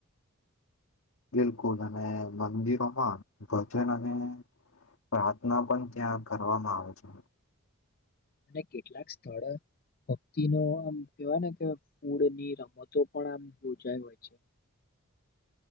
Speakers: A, on the left; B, on the left.
A: બિલકુલ. અને મંદિરોમાં ભજન અને પ્રાર્થના પણ ત્યાં કરવામાં આવે છે.
B: અને કેટલાક સ્થળો ભક્તિ નું આમ કેવાય ને કે ફૂડની રમતો પણ આમ યોજાઈ હોય છે. <inaudible>